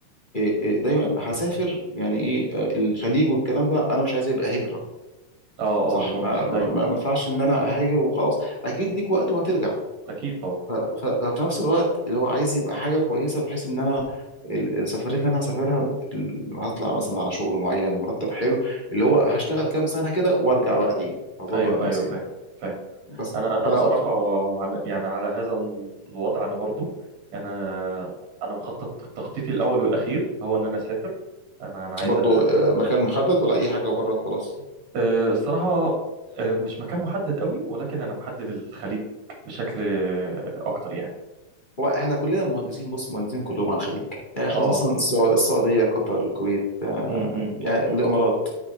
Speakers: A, on the left; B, on the right.
A: إيه إيه دايما هسافر يعني ايه آه، الخليج والكلام ده انا مش عايز يبقى هجره
B: اه اه
A: صح
B: اللي هو مش
A: ما ما
B: دايما
A: ما- ما ينفعش ان انا اهاجر وخلاص اكيد ليك وقت وهترجع
B: اكيد طبعا
A: ف- ف- ففي نفس الوقت اللي هو عايز يبقى حاجه كويسه بحيث ان انا ال- السفريه اللي انا هسافرها ال- هطلع مثلا على شغل معين مرتب حلو اللي هو هشتغل كام سنه كده وارجع بقى تاني هظبط
B: ايوه
A: نفسي
B: ايوه فاهم
A: يعني.
B: فاهم
A: بس
B: انا انا
A: فانا
B: بصراحه عن يعني على هذا ال- الوضع انا برضو انا انا مخطط تخطيطي الاول والاخير هو ان انا اسافر انا انا عايز
A: برضو
B: أ-
A: آه، مكان محدد ولا اي حاجه وبره وخلاص
B: أه، الصراحه أه، مش مكان محدد قوي ولكن انا محدد الخليج بشكل أه، اكتر يعني
A: هو احنا كلنا المهندسين بص مهندسين كلهم على الخليج يعني خصوصا
B: اه
A: السع- السعوديه قطر الكويت آه،
B: امم
A: يعني الامارات